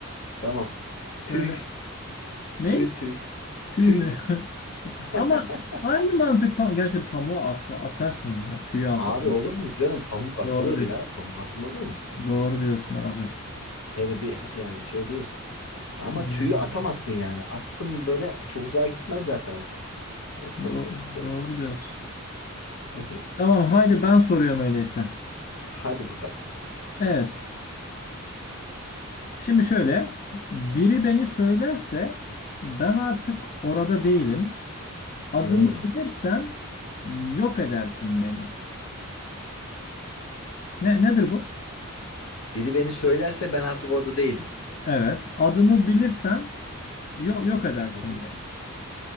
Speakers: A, on the left; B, on the left.
A: Tamam.
B: Söyle.
A: Tüy.
B: Ney?
A: Tüy tüy.
B: Tüy
A: Tüy.
B: mü? <laughs>
A: <laughs>
B: Ama aynı mantık pamuk. Gerçi pamuğu at, atarsın ya. Tüyü at
A: Abi
B: atarsın.
A: olur mu canım? Pamuk atılır
B: Doğru diyorsun.
A: ya. Pamuk atılmaz mı?
B: Doğru diyorsun abi.
A: Hele bir yani şey değil. Ama
B: Hmm,
A: tüyü atamazsın yani. Attım böyle çok uzağa gitmez zaten o tüy. Böyle fırr
B: do-
A: fırr dolanır.
B: doğru diyorsun.
A: Hı hı.
B: Tamam haydi ben soruyorum öyleyse.
A: Hadi bakalım.
B: Evet. Şimdi şöyle, biri beni söylerse ben artık orada değilim. Adımı
A: Hmm.
B: bilirsen yok edersin beni. Ne nedir bu?
A: Biri beni söylerse ben artık orada değilim.
B: Evet, adımı bilirsen yok yok edersin
A: Hı hı.
B: beni.